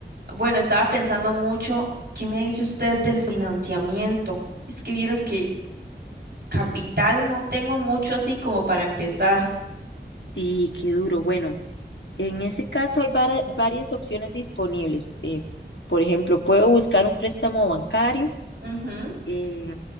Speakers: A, on the right; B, on the left.
A: bueno, estaba pensando mucho, ¿qué me dice usted del financiamiento? Es que vieras que Capital no tengo mucho así como para empezar.
B: Sí, qué duro. Bueno, en ese caso hay vara- varias opciones disponibles. Eh, por ejemplo, puedo buscar un préstamo bancario,
A: Ujú.
B: eh,